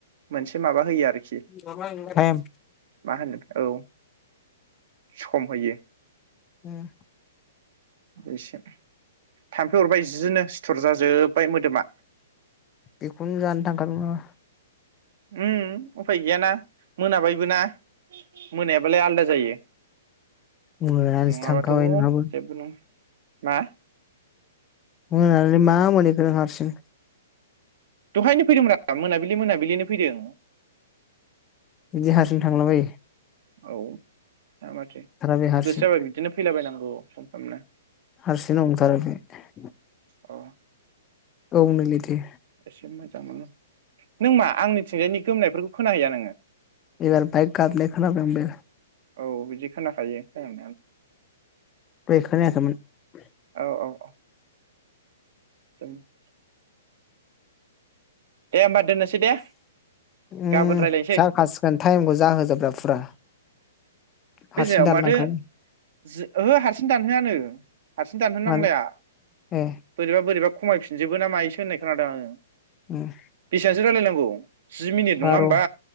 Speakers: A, on the right; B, on the left.
A: मोनसे माबा होयो आरोखि
B: ओ टाइम
A: मा होनो औ सम होयो
B: उम
A: एसे थाम्फै अरबाय जिनो सिथुर जाजोब्बाय मोदोमा।
B: बेखौनो जानो थांखादों ओह
A: उम उफाय गैयाना मोनाबायबो ना मोनायाबालाय आलादा जायो।
B: मोनानानैसो
A: नङाबाथ'
B: थांखाबाय नोंहाबो।
A: जेबो नङा मा?
B: मोनाना मा मोनहैखो नों हारसिं।
A: दहायनो फैदोंमोन मोनाबिलि मोनाबिलिनो फैदों।
B: बिदि हारसिं थांला बायो।
A: औ हा माथो
B: बे हारसिं
A: गोसो जाबा बिदिनो फैलाबायनांगोन औ फन खामनाय।
B: हारसिं नंथारालै बे।
A: औ
B: औ नैलाय थो।
A: एसे मोजां मोनो। नों मा आंनि थिंजायनि गोमनायफोरखौ खोनाहैया नोङो?
B: एबार बाइक गाबनाय खोनाबाय बे
A: औ बिदि खोनाखायो हो नोंथां।
B: दैहय खोनायाखैमोन ।
A: औ औ औ <inaudible> दे होमबा दोननोसै दे
B: उम
A: गाबोन रायलायनोसै
B: जाखासिगोन टाइमखौ जाहोजोबदो फुरा
A: बे
B: हारसिं
A: जायाव
B: दानलांखायो
A: माथो जो ओंहो हारसिं दानहोआनो ओं हारसिं दानहोन
B: मानो
A: नांलाया
B: ए
A: बोरैबा बोरैबा खमायफिन जोबो ना मायोसो होननाय खोनादों आङो।
B: उम
A: बिसांसो राज्लायनांगौ? औ जि मिनिट
B: बार'
A: नङा होमबा।